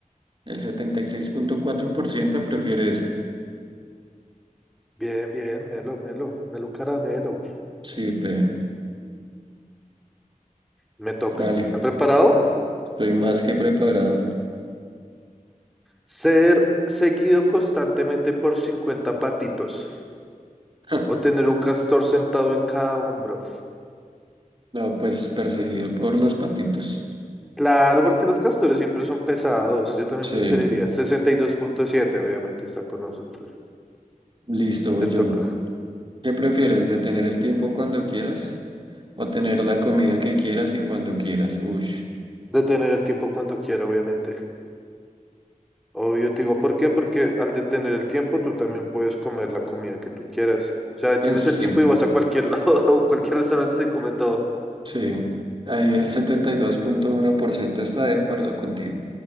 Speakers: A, on the right (about 35°); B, in the centre.
A: El setenta y seis punto cuatro por ciento prefiere esa.
B: Bien, bien, Melo, Melo, Melo Caramelo.
A: Sí, pe.
B: Me toca.
A: Dale.
B: ¿Está preparado?
A: Estoy más que preparado.
B: Ser seguido constantemente por 50 patitos
A: Ja,
B: o tener un castor sentado en cada hombro.
A: No, pues perseguido por los patitos.
B: Claro, porque los castores siempre son pesados. Yo también
A: Sí,
B: preferiría. sesenta y dos punto siete, obviamente, está con nosotros.
A: listo, voy
B: Te
A: yo.
B: toca.
A: ¿Qué prefieres? ¿Detener el tiempo cuando quieras? ¿O tener la comida que quieras y cuando quieras? Uy,
B: Detener el tiempo cuando quiera, obviamente. Obvio, te digo, ¿por qué? Porque al detener el tiempo, tú también puedes comer la comida que tú quieras. O sea, detienes
A: pues sí,
B: el tiempo y vas a cualquier <laughs> lado, o cualquier restaurante se come todo.
A: sí. Ahí el setenta y dos punto uno por ciento está de acuerdo contigo.